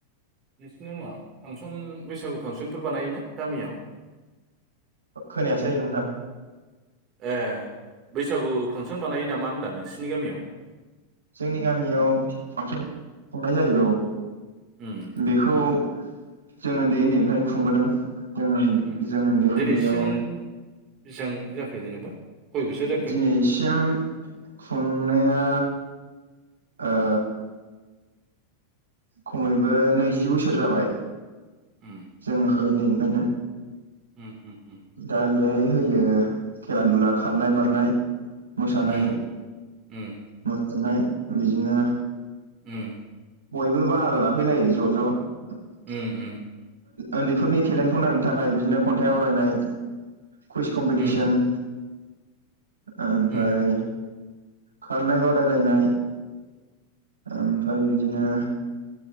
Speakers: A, on the right; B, on the right.
A: नोंसिना मा फांसन बैसागु फांसनफोर बानायोना गामियाव।
B: खोनायासै नोंथां।
A: ए बैसागु फांसन बानायो नामा होनदां नोंसिनि गामियाव।
B: जोंनि गामियाव बैसागु फांसन खुंनाय जायो औ।
A: उम
B: बेखौ जोङो ओन्दै ओन्दै खुंबोदों जों
A: उम
B: जों उन्दै उन्दैयाव
A: दिनैसिम बेसेबां जाखो जेनेबा खय बोसोर जाखो
B: दिनैसिम खुंनो आ ओ खमैबो नैजि बोसोर जाबाय
A: उम
B: जोङो उन्दै उन्दैनिफ्रायनो
A: उम हम हम
B: दा बेहाय होयो खेला दुला खारनाय बारनाय मोसानाय
A: उम उम
B: मो नाय बिदिनो
A: उम
B: बयबो बाहागो लाफैलायो ज' ज'
A: उम
B: उन्दैफोरनि टेलेन्टखौ नायनो थाखाय बिदिनो खन्थाइ आवरायनाय कुइस कम्पिटिसन
A: उम उम
B: ओमफ्राय
A: उम
B: खारनाय बादायलायनाय ओमफ्राय बिदिनो